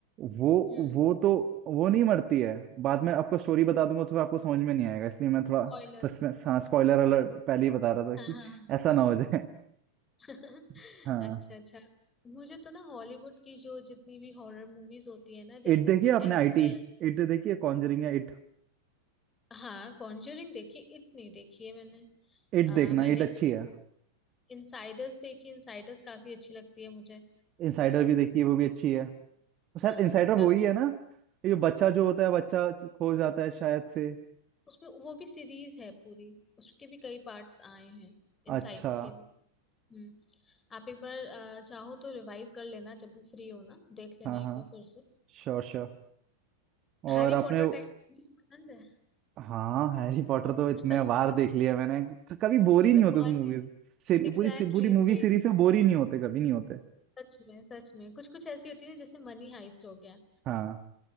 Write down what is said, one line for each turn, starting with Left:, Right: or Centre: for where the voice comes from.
Right: वो
Left: हम्म
Right: वो तो वो नहीं मरती है बाद में आपको स्टोरी बता दूंगा तो आपको समझ में नहीं आएगा इसलिए मैं थोड़ा
Left: ऑयलर
Right: सस्पेंस हाँ स्पॉइलर अलर्ट पहले ही बता रहा था कि
Left: हाँ हाँ
Right: ऐसा ना हो जाए
Left: हाँ। <laughs>
Right: <laughs> हाँ
Left: अच्छा अच्छा मुझे तो ना हॉलीवुड की जो जितनी भी हॉरर मूवीज होती है ना जैसे
Right: इट देखिए
Left: कि
Right: आपने
Left: एनाबेल
Right: आईटी इट देखिए कॉन्जरिंग है इट
Left: हाँ कॉन्जरिंग देखी इतनी देखी है मैंने
Right: इट
Left: आ,
Right: देखना
Left: मैंने
Right: इट अच्छी है
Left: इनसाइडर्स देखी इनसाइडर्स काफी अच्छी लगती है मुझे
Right: इनसाइडर भी देखिए वो भी अच्छी है शायद
Left: हाँ
Right: इनसाइडर
Left: काफी
Right: वो ही है ना ये बच्चा जो होता है बच्चा खो जाता है शायद से
Left: उसमें वो भी सीरीज है पूरी उसके भी कई पार्ट्स आए हैं इनसाइडर्स
Right: अच्छा
Left: के भी हम्म आप एक बार अ, चाहो तो रिवाइव कर लेना जब भी फ्री हो ना देख लेना
Right: हाँ
Left: एक
Right: हाँ
Left: बार फिर से
Right: श्योर श्योर और
Left: हैरी
Right: आपने
Left: पॉटर टाइप पसंद है
Right: हाँ हैरी पॉटर तो इतने
Left: <laughs>
Right: बार देख लिया मैंने कि क- कभी बोर
Left: वो
Right: ही नहीं
Left: तो कौन
Right: होते उस मूवी से सीरी-
Left: एग्जैक्टली
Right: पूरी से, पूरी मूवी
Left: exactly, भाई
Right: सीरीज से बोर ही नहीं होते कभी नहीं होते
Left: सच में सच में कुछ कुछ ऐसी होती है ना, जैसे मनी हाइस्ट हो गया
Right: हाँ